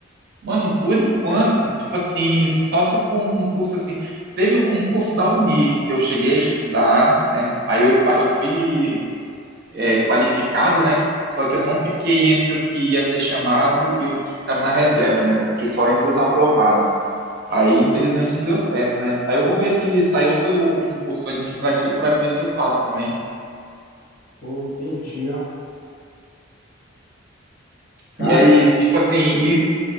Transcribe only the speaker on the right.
Mano, por enquanto, tipo assim, só se for um concurso assim. Teve o concurso da Unir, que eu cheguei a estudar, né? Aí eu, pa- eu fui é, qualificado, né? Só que eu não fiquei entre os que ia ser chamado e os que ficaram na reserva, né? Eu fiquei só entre os aprovados. Aí, infelizmente, não deu certo, né? Aí eu vou ver se sai outro concurso administrativo para ver se eu faço também.
E aí, tipo assim, e